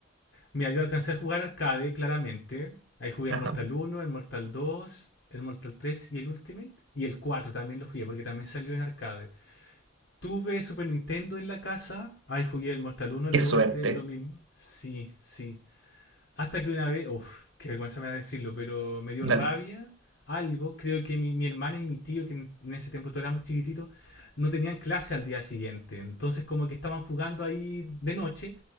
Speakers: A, on the left (about 65°); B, on the right (about 80°).
A: Mira, yo alcancé a jugar arcade, claramente. Ahí jugué
B: Ajá.
A: el Mortal 1, el Mortal 2, el Mortal 3 y el Ultimate. Y el 4 también lo jugué porque también salió en arcade. Tuve Super Nintendo en la casa. Ahí jugué el Mortal 1, el
B: Qué
A: 2,
B: suerte.
A: el 3, lo mismo. Sí, sí. Hasta que una vez, uff, qué vergüenza me da decirlo, pero me dio
B: Dale.
A: rabia algo. Creo que mi, mi hermana y mi tío, que en, en ese tiempo todos éramos chiquititos, no tenían clase al día siguiente. Entonces como que estaban jugando ahí de noche.